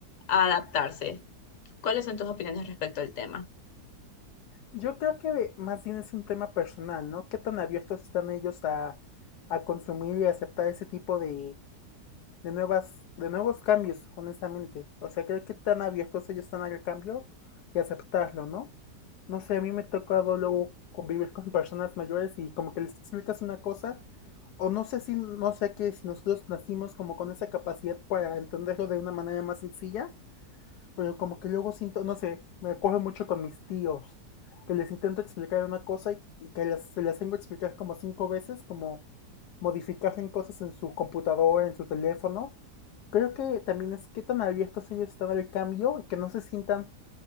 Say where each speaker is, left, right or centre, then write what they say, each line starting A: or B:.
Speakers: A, on the left; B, on the left.
A: a adaptarse? ¿Cuáles son tus opiniones respecto al tema?
B: Yo creo que más bien es un tema personal, ¿no? ¿Qué tan abiertos están ellos a, a consumir y aceptar ese tipo de de nuevas, de nuevos cambios, honestamente. O sea, creo que tan abiertos ellos están al cambio y aceptarlo, ¿no? No sé, a mí me ha tocado luego convivir con personas mayores y como que les explicas una cosa, o no sé si, no sé que si nosotros nacimos como con esa capacidad para entenderlo de una manera más sencilla, pero como que luego siento, no sé, me coge mucho con mis tíos, que les intento explicar una cosa y, y que les- se las tengo que explicar como cinco veces, como modificar en cosas en su computadora, en su teléfono. Creo que también es que tan abiertos ellos están al cambio y que no se sientan